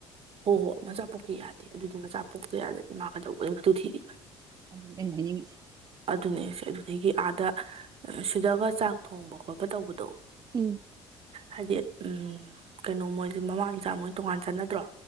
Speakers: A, on the right (about 45°); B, on the right (about 30°).
A: ꯍꯣ ꯍꯣ ꯃꯆꯥ ꯄꯣꯛꯀꯤ ꯌꯥꯗꯦ ꯑꯗꯨꯗꯤ ꯃꯆꯥ ꯄꯣꯛꯇ ꯌꯥꯗꯗꯤ ꯃꯥꯒꯗꯧꯕꯒꯤ ꯃꯇꯨ ꯊꯤꯔꯤ
B: ꯑꯗꯨꯅꯤ ꯑꯩꯅ ꯍꯥꯏꯅꯤꯡꯉꯁꯤ
A: ꯑꯗꯨꯅꯦ ꯁꯤꯦ ꯑꯗꯨꯗꯒꯤ ꯑꯥꯗ ꯁꯤꯗꯒ ꯆꯥꯛ ꯊꯣꯡꯕ ꯈꯣꯠꯄ ꯇꯧꯕꯗꯣ
B: ꯎꯝ <unintelligible> <inaudible>
A: ꯍꯥꯏꯗꯤ ꯎꯝ ꯀꯩꯅꯣ ꯃꯣꯏꯁꯦ ꯃꯃꯥ ꯃꯆꯥ ꯃꯣꯏ ꯇꯣꯉꯥꯟ ꯆꯠꯅꯗ꯭ꯔꯣ